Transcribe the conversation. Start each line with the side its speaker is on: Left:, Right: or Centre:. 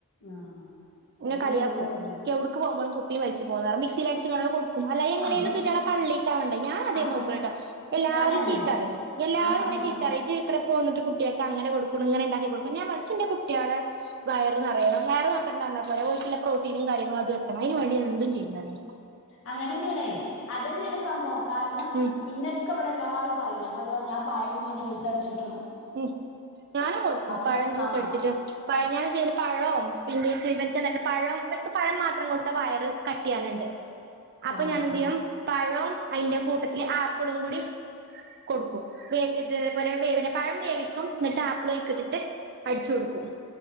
Left: ആഹ്
Right: എന്നെ
Left: അതന്നേണ്ല്ലേ
Right: കളിയാക്കും
Left: ഗതികേട്.
Right: എവിടക്ക് പോകുമ്പോഴും കുപ്പിയും വച്ച <unintelligible> <unintelligible> കൊടുക്കും അല്ല എങ്ങനെള
Left: അതെ
Right: <unintelligible> പള്ളി ചണ്ടേ ഞാൻ അതെ
Left: അങ്ങ
Right: നോക്കുള്ളൂകേട്ടോ എല്ലാരും
Left: ഞാനന്നെ
Right: ചീത്തറിഞ്ഞ എല്ലാരും
Left: ആഹ്
Right: എന്നെ ചീത്ത പറയും ചീത്ര പോന്നിട്ട് കുട്ടികൾക്ക്അങ്ങനെ കൊടുക്ക ഇങ്ങനെ ഉണ്ടാക്കി കൊടുക്കുക ഞാൻ പഠിച്ചന്റെ കുട്ടികളെ വയർ നിറയണം വേറെ നന്ന പോലെഓൾക്കുള്ള പ്രോട്ടീനും കാര്യങ്ങളും അത് എത്തണംഅതിന് വേണ്ടി ഞാൻ എന്തും ചെയ്യും താനെ
Left: അങ്ങനെന്നെയാണ് അതന്നെയാണ് സംഭവം കാരണം
Right: ഉം
Left: ഇന്നക്കെ ഇവിടെ എല്ലരും പറഞ്ഞ അപ്പ ഇ ഞാൻ പയ എന്തും ജൂസ് അടിച്ചിട്ട്
Right: ഉ ഞാനും കൊടുക്കും പഴം
Left: ഇന്നെ
Right: ജ്യൂസ്
Left: ആഹ്
Right: അടിച്ചിട്ട് പഴ ഞാൻ ചെയ്യ പഴവും പിന്നെ ച്ചിരി വനക്ക് എന്നിട്ട് പഴനക്ക് പഴം മാത്രം കൊടുത്ത വയറ് കട്ടി ആവണ്ട് അപ്പൊ
Left: ആഹ് ആഹ്
Right: ഞാൻ എന്ത്
Left: ആഹ്
Right: ചെയ്യാം പഴം അയിന്റെ കൂട്ടത്തില് ആപ്പിളും കൂടി കൊടുക്കും <unintelligible> വേവന പഴം വേവിക്കും എന്നട്ട് ആപ്ലോയ് ഇട്ടിട്ട് അടിച്ചു കൊടുക്കും